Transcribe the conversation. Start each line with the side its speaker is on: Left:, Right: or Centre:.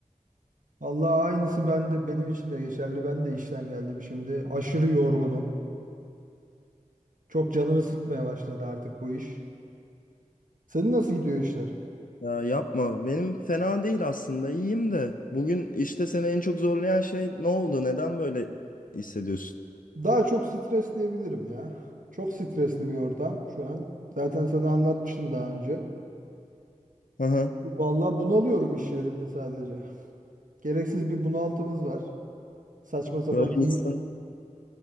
Right: Allah aynısı bende benim için de geçerli. Ben de işten geldim şimdi. Aşırı yorgunum. Çok canımı sıkmaya başladı artık bu iş. Senin nasıl gidiyor işler?
Left: Ya yapma, benim fena değil aslında, iyiyim de. Bugün işte seni en çok zorlayan şey ne oldu? Neden böyle hissediyorsun?
Right: Daha çok stres diyebilirim ya. Çok stresli bir ortam şu an. Zaten sana anlatmıştım daha önce.
Left: Hı hı.
Right: Vallahi bunalıyorum iş yerinde sadece. Gereksiz bir bunaltımız var. Saçma sapan
Left: Böyle
Right: iyi
Left: insan,